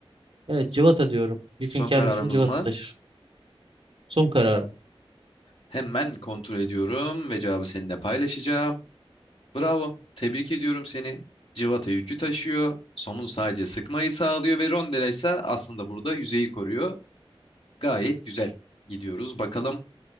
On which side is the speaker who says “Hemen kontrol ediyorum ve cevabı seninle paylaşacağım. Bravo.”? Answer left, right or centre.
Left